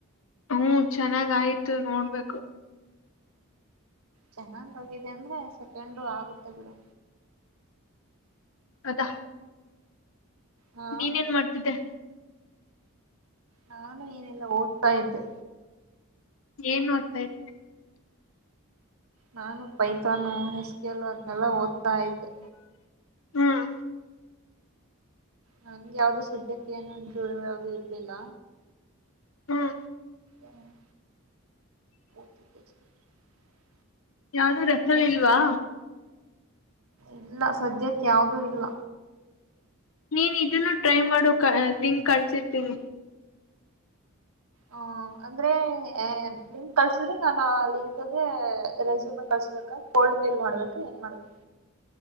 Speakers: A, on the left; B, on the right.
A: ಹ್ಮ್ ಚೆನ್ನಾಗಾಯ್ತು ನೋಡ್ಬೇಕು.
B: ಚೆನ್ನಾಗ್ ಆಗಿದೆ ಅಂದ್ರೆ ಸೆಕೆಂಡು ಆಗುತ್ತೆ ಬಿಡು.
A: ಅದ
B: ಹಾ
A: ನೀನೇನ್ ಮಾಡ್ತಿದ್ದೆ.
B: ನಾನು ಏನಿಲ್ಲ ಓದ್ತಾ ಇದ್ದೆ.
A: ಏನ್ ಓದ್ತಾ ಇದ್ದೆ.
B: ನಾನು ಪೈತಾನು ಎಸ್ ಕೆ ಎಲ್ಲೂ ಅದನೆಲ್ಲ ಓದ್ತಾ ಇದ್ದೆ.
A: ಹ್ಮ್
B: ನಂಗ್ ಯಾವ್ದು ಸೆ ದ್ಯಕೇನು ಇಂಟರ್ವ್ಯೂ ಯಾವ್ದು ಇ ಇಲ್ಲಿಲ್ಲ
A: ಹ್ಮ್
B: ಹ್ಮ್ <unintelligible>
A: ಯಾವ್ದು ರೆಫರಿಲ್ವಾ?
B: ಇಲ್ಲ ಸದ್ಯಕ್ ಯಾವ್ದೂ ಇಲ್ಲ.
A: ನೀನ್ ಇದುನ್ನು ಟ್ರೈ ಮಾಡು ಕ ಲಿಂಕ್ ಕಳ್ಸಿರ್ರ್ತೀವಿ.
B: ಹ ಅಂದ್ರೆ ಲಿಂಕ್ ಕಳ್ಸಿದ್ರೆ ನಾನು ಆ ಲಿಂಕ್ಗೆ ರೆಸ್ಯೂಮ್ ಕಳ್ಸ್ಬೇಕಾ ಕೋಲ್ಡ್ ಮೇಲ್ ಮಾಡ್ಬೇಕಾ ಏನ್ ಮಾಡ್ಬೇಕ್